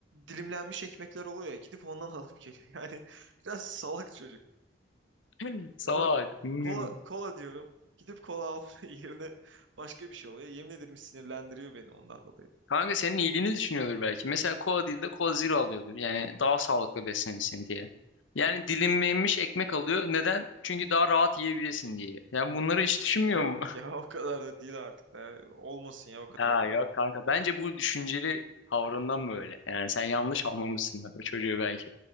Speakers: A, on the right; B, on the left.
A: dilimlenmiş ekmekler oluyor ya gidip ondan alıp geliyor. <laughs> Yani biraz salak çocuk.
B: <clears throat> <laughs> Salak.
A: Mesela
B: Hmm.
A: kola, kola diyorum. Gidip kola alma <laughs> yerine başka bir şey oluyor. Yemin ederim sinirlendiriyor beni ondan dolayı.
B: Kanka senin iyiliğini düşünüyordur belki. Mesela kola değil de kola zero alıyordur. Yani daha sağlıklı beslenirsin diye. Yani dilimlenmiş ekmek alıyor. Neden? Çünkü daha rahat yiyebilirsin diye. Yani bunları hiç düşünmüyor
A: Yok
B: mu? <laughs>
A: ya o kadar da değil artık da. Olmasın ya o kadar
B: Ha
A: da.
B: yok kanka. Bence bu düşünceli tavrından böyle. Yani sen yanlış anlamışsın o çocuğu belki.